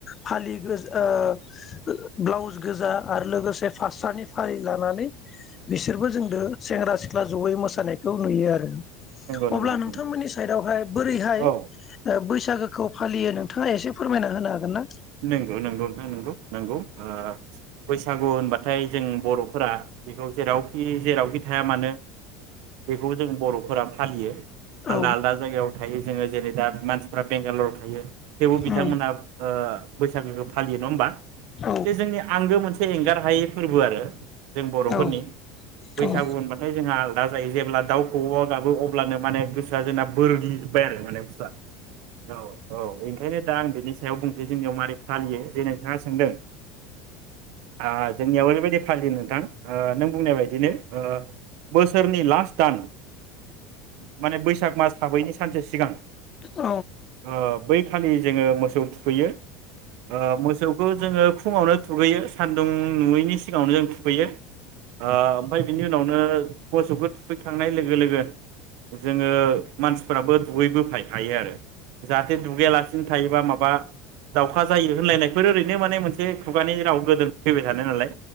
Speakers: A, on the left; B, on the right.
A: फालि गोज ओ ओ ब्लाउस गोजा आरो लोगोसे फास्रानि फालि लानानै बिसोरबो जोंदो सेंग्रा सिख्ला जयै मोसानायखौ नुयो आरो।
B: नंगौ नोंथां औ नंगौ नोंथां नंगौ
A: अब्ला
B: नोंथां
A: नोंथांमोननि साइडआवहाय बोरैहाय ओ
B: औ
A: बैसागोखौ फालियो नों थाङा एसे फोरमायना होनो हागोन ना?
B: नोंगौ नोंगौ नोंथां नोंगौ। नोंगौ ओ बैसागु होनबाथाय जों बर'फोरा बेखौ जेरावखि जेरावखि थाया मानो बेखौ जों बर'फोरा फालियो।
A: औ
B: आलदा आलदा जायगायाव थायो। जोङो जेरै दा मानसिफ्रा बेंगालराव थायो। थेवबो बिथांमोना
A: उम
B: ओ बैसागोखो फालियो नङा ओमबा।
A: औ
B: बे जोंनि आंगो मोनसे एंगार हायि फोर्बो आरो। जों बर'फोरनि
A: औ
B: बैसागु
A: औ उम
B: होनबाथाय जोंहा आ जायो जेब्ला दाउखौऔआ गाबो अब्लानो माने गोस सा जोंना बोरग्लि जोबबाय आरो माने बुसथुवा औ औ एंखायनो दा आं बिनिस <unintelligible> बुंसै जोंनियाव मारै फालियो जे नोंथाङा सोंदों आ जोंनियाव ओरैबायदि फालियो नोंथां आ नों बुंनाय बायदिनो ओ बोसोरनि लास्ट दान माने बैसाग मास हाबैनि सानसे सिगां
A: औ
B: ओ बैखालि जोङो मोसौ थु खैयो। ओ मोसौखो जोङो फुङावनो थुगैयो सान्दुं नुयैनि सिगाङावनो जों थुगैयो। आ ओमफाय बिनि उनावनो मोसौखो थु सफैखांनाय लोगो लोगो जोङो मानसिफ्राबो दुगैबो फायखायो आरो। जाहाथे दुगायालासिनो थायोबा माबा बा दावखा जायो होनलायनायफोर ओरैनो माने मोनसे खुगानि राव गोदो फैबाय थानायनालाय